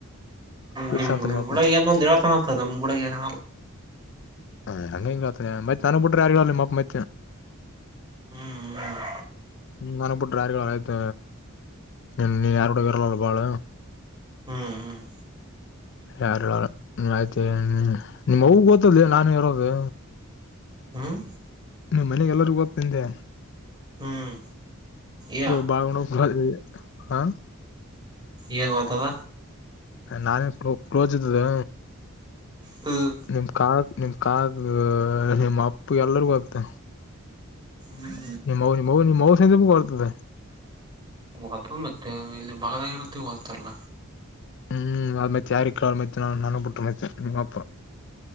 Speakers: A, on the left; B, on the right.
A: ಫಿಕ್ಸ್
B: ನಿಮ್ಳ
A: ಅಂತ ನಿಮ್ಮಪ್ಪ
B: ಏ ಒಂದ್ಏಳ್ತನತ್ತ ನಮ್ ಕೂಡ ಏನ
A: ಹ್ ಹಂಗಂಗತ ಮ ನಾನು ಬಿಟ್ಟ್ರ ಯಾರ ಮಾ ಅಪ ಮೈತ್ತೆ
B: ಹ್ಮ್ ಹ್ಮ್
A: ಹ್ಮ ನನಗ್ ಬಿಿಟ್ರೆ ಯಾರಿ ಆಯ್ತ ನೀನ್ ಯಾರ ಕೂಡ ಇರಲ್ಲಲ್ಲ ಬಾಳ
B: ಹ್ಮ್
A: ಯಾರ ನೀ ಆಯ್ತ ನಿಮ್ಮ್ ಮ ಗೊತ್ತದ್ಲಿ ನಾನು ಇರೋದು
B: ಹ್ಮ್ ಹ್ಮ್
A: ನಿ್ ಮನೆಗೆ ಎಲ್ಲರಿಗ ಗೋಗ್ತಿಂದೆ
B: ಹ್ಮ್ ಯ
A: ಇ ಬಾಗಣ ಹಾ
B: ಏನು ಬತದ
A: ನಾನೇ ಕ್ಲೋಸ್ ಇದ್ದದ
B: ಹ್ಮ್
A: ನಿಮ ಕಾ ನಿಮ ಕಾಗ ನಿಮ್ಮ ಅಪ್ಪು ಎಲ್ಲರಿಗೂ ಆಗ್ತ
B: ಹ್ಮ್
A: ನಿಮ್ಮ ನಿವು ನಿಮ್ಮ್ ಮವ ಸತ ಬ ಬರ್ತದೆ
B: ಹತಲ್ ಮತ್ತೆ ಇಲ್ಲಿ ಬಾಗದಾಗರುತ್ತ ಗತ್ತಲ್ಲ
A: ಹ್ಮ್ ಅದ ಮತಿ ಯಾರ ಕ ಅ ಮ ನ ನನ್ನ ಬಿುಟ್ಟ ಮ ನಿಪರ